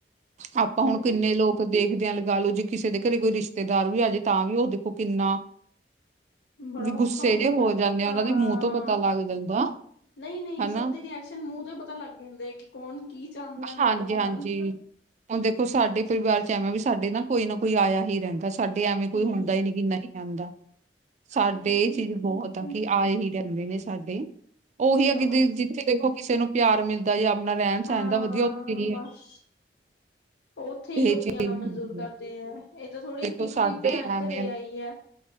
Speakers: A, on the right; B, on the left.
A: ਆਪਾਂ ਹੁੰਣ
B: ਉਹੀ
A: ਕਿੰਨੇ
B: ਨਾ
A: ਲੋਕ ਦੇਖਦੇ ਆਂ, ਲਗਾ ਲਓ ਜੇ ਕਿਸੇ ਦੇ ਘਰੇ ਕੋਈ ਰਿਸ਼ਤੇਦਾਰ ਵੀ ਆਜੇ ਤਾਂ ਵੀ ਉਹ ਦੇਖੋ ਕਿੰਨਾ
B: ਬੜਾ
A: ਵੀ
B: ਔਖਾ
A: ਗੁੱਸੇ
B: ਜਾਂਦਾ
A: ਜੇ ਹੋ ਜਾਂਨੇ ਆ,
B: ਹਾਂ
A: ਉਹਨਾਂ ਦੇ ਮੂੰਹ ਤੋਂ ਪਤਾ ਲਗ ਜਾਂਦਾ।
B: ਨਹੀਂ ਨਹੀਂ
A: ਹਨਾ,
B: ਸਭ ਦੇ ਰਿਐਕਸ਼ਨ ਮੂੰਹ ਤੋਂ ਪਤਾ ਲੱਗ ਜਾਂਦੇ ਕਿ ਕੌਣ ਕੀ ਚਾਹੁੰਦਾ ਹੈ ਮਨ
A: ਹਾਂਜੀ-
B: ਹੀ ਮਨ
A: ਹਾਂਜੀ। ਹੁਣ ਦੇਖੋ, ਸਾਡੇ ਪਰਿਵਾਰ ਚ ਐਵੇਂ ਵੀ ਸਾਡੇ ਨਾ ਕੋਈ ਨਾ ਕੋਈ ਆਇਆ ਹੀ ਰਹਿੰਦਾ, ਸਾਡੇ ਐਵੇਂ
B: ਠੀਕ
A: ਕੋਈ ਹੁੰਦਾ ਈ ਨੀ ਕਿ ਨਹੀਂ ਜਾਂਦਾ, ਸਾਡੇ
B: ਠੀਕ
A: ਇਹ ਚੀਜ਼
B: ਹੈ ਠੀਕ
A: ਬਹੁਤ ਆ
B: ਹੈ
A: ਕਿ ਆਏ ਹੀ ਰਹਿ ਕਿੰਦੇ ਨੇ ਸਾਡੇ, ਉਹੀ
B: ਚਲੋ
A: ਅੱਗੇ
B: ਵਧੀਆ
A: ਜਿੱਥੇ ਦੇਖੋ ਕਿਸੇ ਨੂੰ ਪਿਆਰ ਮਿਲਦਾ ਜਾਂ ਆਪਣਾ ਰਹਿਣ-ਸਹਿਣ
B: ਹਾਂ
A: ਦਾ ਵਧੀਆ ਉੱਥੇ ਕੀ ਏ।
B: ਬਸ ਉੱਥੇ ਈ ਲੋਕੀ
A: ਚੀਜ਼
B: ਆਨਾਂ ਮਨਜ਼ੂਰ
A: ਹੁੰਦੀ
B: ਕਰਦੇ
A: ਹੈ।
B: ਐ, ਏਦਾਂ ਥੋੜੀ
A: ਦੇਖੋ
B: ਕਿ
A: ਸਾਡੇ
B: ਕੋਈ ਭੈਣ
A: ਐਵੇਂ
B: ਘਰੇ ਆਈ ਐ